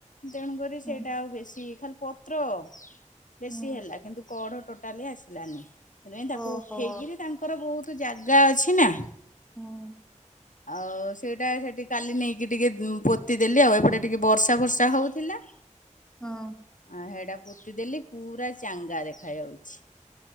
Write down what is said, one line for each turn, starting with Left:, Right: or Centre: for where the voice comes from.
Left: ତେଣୁକରି
Centre: ହୁଁ
Left: ସେଇଟା ଆଉ ବେଶୀ ଖାଲି ପତ୍ର ବେଶୀ
Centre: ହୁଁ
Left: ହେଲା କିନ୍ତୁ କଢ ଟୋଟାଲି ଆସିଲାନି ସେଇତି ପାଇ ତାକୁ
Centre: ଓହୋ
Left: ଉଠେଇକିରି ତା ତାଙ୍କର ବହୁତ ଜାଗା ଅଛି ନା।
Centre: ହୁଁ।
Left: ଆଉ ସେଇଟା ସେଠି କାଲି ନେଇକି ଟିକେ ପୋତିଦେଲି ଆଉ ଏପଟେ ଟିକେ ବର୍ଷା ଫର୍ଷା ହୋଉଥିଲା।
Centre: ହଁ।
Left: ଆ ହେଡା ପୋତି ଦେଲି ପୁରା ଚାଙ୍ଗା ଦେଖା ଯାଉଛି।